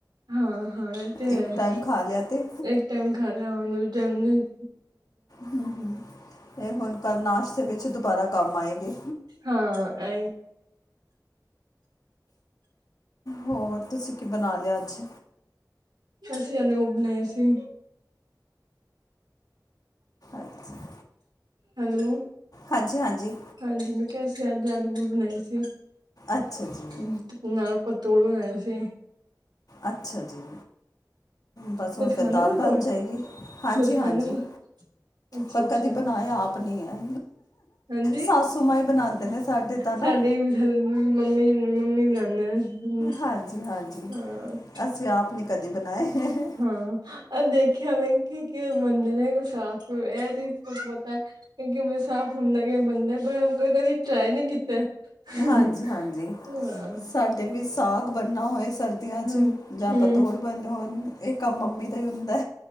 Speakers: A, on the right; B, on the left.
A: ਹਾਂ- ਹਾਂ ਏ ਤੇ ਹੈ,
B: ਇੱਕ ਟਾਈਮ ਖਾ ਲਿਆ ਤੇ
A: ਇੱਕ ਟਾਈਮ ਖਾ ਲ ਦੂ ਟਾਈਮ ਨਹੀਂ।
B: ਹ ਇਹ ਹੁਣ ਕੱਲ੍ਹ ਨਾਸ਼ਤੇ ਦੇ ਵਿੱਚ ਦੁਬਾਰਾ ਕੰਮ ਆਏਗੀ।
A: ਹਾਂ। ਆ
B: ਹੋਰ ਤੁਸੀਂ ਕੀ ਬਣਾ ਲਿਆ ਅੱਜ?
A: ਅਸੀਂ ਆੇ ਉਹ ਬਣਾਏ ਸੀ।
B: ਅੱਛਾ
A: ਹੈਲੋ,
B: ਹਾਂਜੀ- ਹਾਂਜੀ।
A: ਹਾਂਜੀ। ਮੈਂ ਕਿਹਾ ਸੀ ਅੱਜ ਆਲੂ ਬੂਲ ਬਣਾਏ ਸੀ।
B: ਅੱਛਾ ਜੀ
A: ਤੇ ਨਾਲ ਪੱਤੋੜ ਬਣਾਏ ਸੀ।
B: ਅੱਛਾ ਜੀ। ਬਸ
A: ਤੁਸੀਂ
B: ਹੁਣ ਫਿਰ
A: ਖਾਂਦੇ
B: ਦਾਲ
A: ਹੋ ਪਤੋੜ
B: ਬਣ ਜਾਏਗੀ। ਹਾਂਜੀ-
A: ਤੁਸੀਂ ਖਾਂਦੇ
B: ਹਾਂਜੀ।
A: ਹੋ? ਅੱਛਾ
B: ਪਰ
A: ਅੱਛਾ
B: ਕਦੇ ਬਣਾਏ ਆਪ ਨਹੀਂ ਹੈ।
A: ਹਾਂਜੀ
B: ਸਸੂ ਮਾਈ ਬਣਾਉਂਦੇ ਨੇ ਸਾਡੇ। ਨਾ-ਨਾ,
A: ਸਾਡੇ ਮੰਮੀ ਮੰਮੀ ਬਣਾਉਂਦੇ ਨੇ
B: ਹਾਂਜੀ- ਹਾਂਜੀ।
A: ਹਾਂ
B: ਅਸੀਂ ਆਪ ਨੇ ਕਦੇ ਬਣਾਏ ਹੈ।
A: ਹਾਂ। ਦੇਖਿਆ ਮੈਂ ਕਿਵੇਂ -ਕਿਵੇਂ ਬਣਦੇ ਏ ਸਾਸ ਇਹ ਚੀ ਪਤਾ ਹੈ। ਕਿ ਕਿਵੇਂ ਸਾਫ਼ ਹੁੰਦਾ ਕਿ ਬੰਦਾ ਪਰ ਕਦੀ ਟਰਾਈ ਨਹੀਂ ਕੀਤੀ। ਤੇ,
B: ਹਾਂਜੀ ਹਾਂਜੀ
A: ਹ
B: ਸਾਡੇ ਵਿੱਚ ਸਾਗ ਬਣਨਾ ਹੋਏ ਸਰਦੀਆਂ 'ਚ
A: ਹਮ
B: ਜਾਂ
A: ਹਮ
B: ਪਤੋੜ ਬਣਣੇ ਹੋਣ ਇਹ ਕੰਮ ਮੰਮੀ ਦਾ ਹੀ ਹੁੰਦਾ।